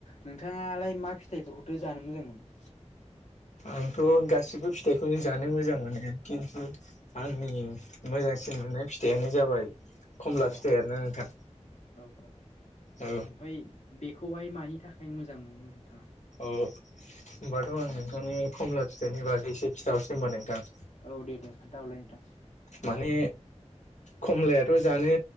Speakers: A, on the left; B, on the left.
A: नोंथांङालाय मा फिथाइफोरखौथो जानो मोजां मोनो?
B: आंथ' गासिबो फिथाइखौनो जानो मोजां मोनो खिन्थु आंनि मोजांसिन मोननाय फिथाइयानो जाबाय खमला
A: औ
B: फिथाइ आरोना नोंथां
A: औ औ
B: औ
A: ओमफ्राय बेखौहाय मानि थाखाय मोजां मोनो नोंथांङा?
B: औ होमबाथ' आं नोंथांनि खमला फिथाइनि बागै एसे खिथाहरसै होनबा नोंथां
A: औ दे दे खोन्था हरलाय नोंथां
B: माने खमलायाथ' जानो